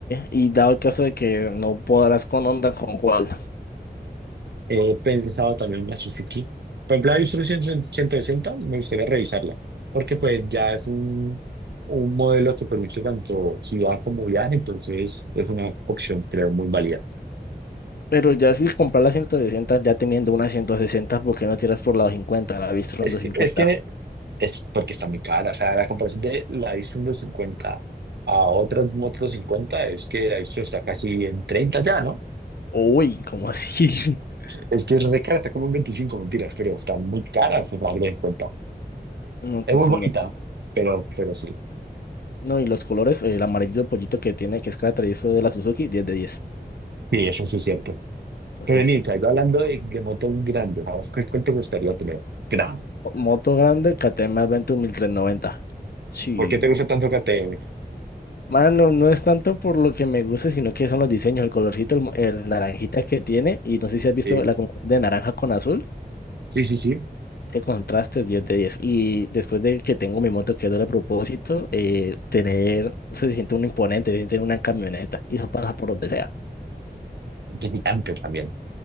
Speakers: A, on the left; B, on the right.
A: Y dado el caso de que no podrás con Honda, ¿con cuál?
B: He pensado también en la Suzuki. Por ejemplo, la Isuzu 160 me gustaría revisarla, porque pues ya es un, un modelo que permite tanto ciudad como viaje, entonces es una opción, creo, muy válida.
A: Pero ya si comprar la 160 ya teniendo una 160, ¿por qué no tiras por la cincuenta La Bistron
B: Es
A: cincuenta
B: que, es que es porque está muy cara, o sea, la comparación de la Isuzu 50 a otras motos 50 es que la Isuzu está casi en 30 ya, ¿no?
A: Uy, ¿cómo así? <laughs>
B: Es que es re cara, está como en 25, mentiras, pero está muy cara, o sea, para darle en cuenta.
A: No, entonces
B: Es muy bonita,
A: no.
B: pero, pero sí,
A: No, y los colores, el amarillo pollito que tiene, que es característico de la Suzuki, diez de diez
B: sí, eso sí es cierto.
A: Entonces,
B: Renita, yo hablando de, de motos grandes, ¿a vos ¿cuál, cuál te gustaría tener? Grande.
A: moto grande, KTM Adventure mil trescientos noventa Sí.
B: ¿Por qué te gusta tanto KTM?
A: Mano, no es tanto por lo que me gusta, sino que son los diseños, el colorcito, el, mo- el naranjita que tiene. Y no sé si has visto
B: Sí,
A: la combinación de naranja con azul.
B: sí, sí, sí.
A: Qué contraste, 10 de 10. Y después de que tengo mi moto que es doble propósito, eh, tener, se siente un imponente, se siente una camioneta. Y eso pasa por donde sea,
B: Gigante también.